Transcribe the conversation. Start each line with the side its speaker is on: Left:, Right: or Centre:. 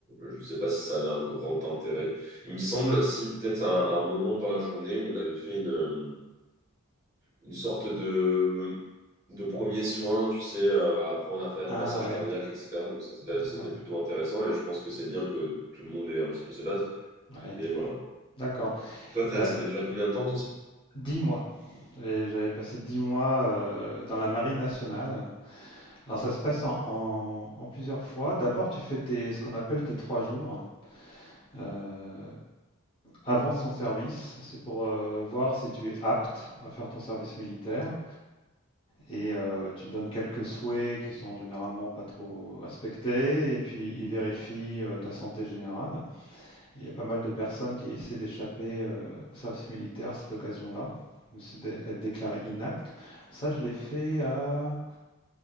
Right: Je sais pas si ça avait un grand intérêt. Il me semble, si peut-être à un, un moment dans la journée, on avait fait une, une sorte de, de premier soin, tu sais, euh, apprendre à faire
Left: Ah
Right: un massage
Left: ouais,
Right: cardiaque, etc. Donc ça, c'était
Left: d'accord.
Right: c'était plutôt intéressant et je pense que c'est bien que tout le monde ait un petit peu ses bases.
Left: Ouais,
Right: Mais voilà.
Left: d'accord.
Right: Toi, t'as-
Left: Euh,
Right: ça avait duré combien de temps ton soin?
Left: dix mois. Et J'avais passé dix mois euh, dans la marine nationale. Alors ça se passe en, en- en plusieurs fois. D'abord, tu fais tes, ce qu'on appelle tes trois jours euh, avant son service. C'est pour euh, voir si tu es apte à faire ton service militaire. Et euh, tu donnes quelques souhaits qui sont généralement pas trop respectés. Et puis ils vérifient euh, ta santé générale. Et Il y a pas mal de personnes qui essaient d'échapper euh, au service militaire à cette occasion-là, de se dé- être déclarées inaptes. Ça, je l'ai fait à